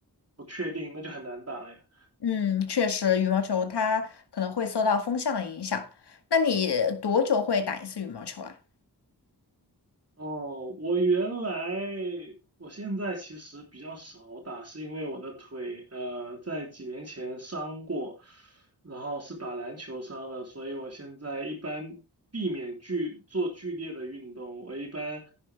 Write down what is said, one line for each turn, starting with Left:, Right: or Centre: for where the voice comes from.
Right: 不确定，那就很难打了呀。
Left: 嗯，确实，羽毛球它可能会受到风向的影响。那你多久会打一次羽毛球啊？
Right: 哦，我原来，我现在其实比较少打，是因为我的腿，呃，在几年前伤过，然后是打篮球伤了，所以我现在一般避免剧做剧烈的运动，我一般